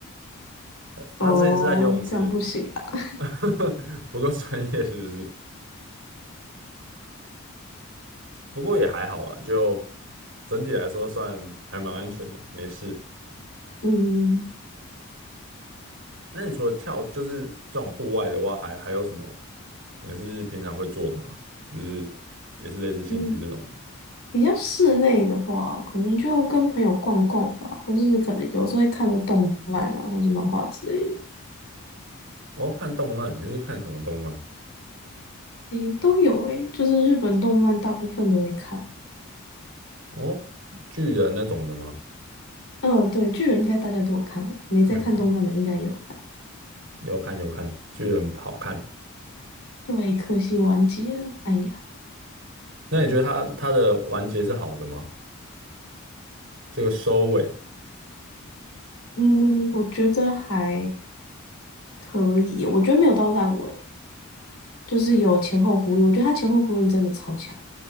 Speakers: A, on the right (about 55°); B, on the left (about 75°).
A: 他他之前是在游泳池，
B: 哦，这样不行啊。
A: <laughs> 不够专业是不是？不过也还好啦，就整体来说算还蛮安全的，没事。
B: 嗯
A: 那你除了跳，就是这种户外的话，还还有什么你是平常会做的吗？就是也是类似兴趣这种。
B: 嗯，比较室内的话，我可能就跟朋友逛逛吧，或是可能有时候会看个动漫啊，或是漫画之类的，
A: 哦，看动漫，你是看什么动漫？
B: 诶，都有诶，就是日本动漫大部分都会看。
A: 哦，巨人那种的吗？
B: 嗯、对，巨人应该大家都有看吧，没在看动漫的应该也有看。
A: 嗯，要看要看，巨人好看。
B: 对，可惜完结了，哎呀，
A: 那你觉得它它的完结是好的吗？这个收尾。
B: 嗯，我觉得还可以，我觉得没有到烂尾，就是有前后呼应，我觉得他前后呼应真的超强。